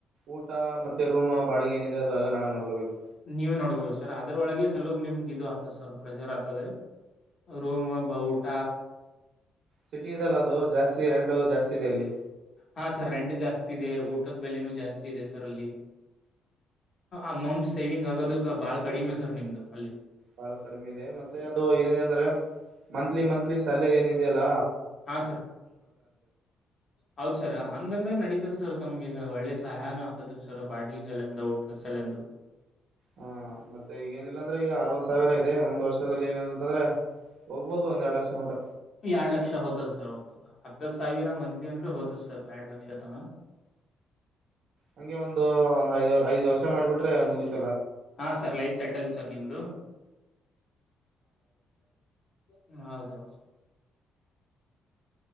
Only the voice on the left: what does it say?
ನೀವ್ ನೋಡ್ಕೋಬೇಕು ಸರ್ ಅದ್ರೊಳಗೆ ನಿಮ್ಗೆ ಇದು ಆತದ ಸರ್ ಪ್ರೆಜರ್ ಆಗ್ತದೆ ರೋಮು ಊಟ
ಹಾ ಸರ್ ರೆಂಟ್ ಜಾಸ್ತಿ ಇದೆ ಊಟದ ಬೆಲೆನೂ ಜಾಸ್ತಿ ಇದೆ ಸರ್ ಅಲ್ಲಿ ಅಮೌಂಟ್ ಸೇವಿಂಗ್ ಆಗೋದಕ್ ಬಾಳ್ ಕಡಿಮೆ ಸರ್ ನಿಮ್ದು ಅಲ್ಲಿ
ಹಾ ಸರ್ ಹೌದ ಸರ್ ಹಂಗಂದ್ರ ನಡೀತದೆ ಸರ್ ತಮ್ಗೆ ಒಳ್ಳೆ ಸಹಾಯನ ಆತದ್ರರು ಸರ್ ಬಾಡಿ ಸಲೆಂದು ಊಟದ ಸಲೆಂದು
ಎರಡ್ ಲಕ್ಷ ಹ್ತದ ಸರ್ ಹ್ತದ ಹತ್ತತ್ ಸಾವಿರ ಮಂತ್ಲಿ ಅಂದ್ರೆ ಹತದ ಸರ್ ಸರ್ ಎರೆಡ್ ಲಕ್ಷತಾನ
ಹಾ ಸರ್ ಲೈಫ್ ಸೆಟಲ್ ಸರ್ ನಿಮ್ದು ಹ ಹೌದು